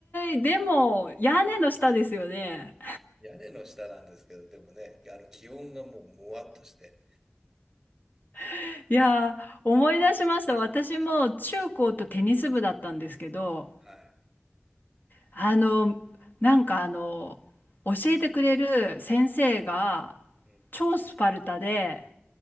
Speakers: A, on the left (about 45°); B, in the centre.
A: い。でも、屋根の下ですよね。
B: 屋根の下なんですけど、でもね、あの気温がもうむわっとして、あ、
A: <laughs> いやー、思い出しました。私も中高とテニス部だったんですけど、
B: はい、
A: あの、なんかあの、教えてくれる先生が、
B: うん、
A: 超スパルタで、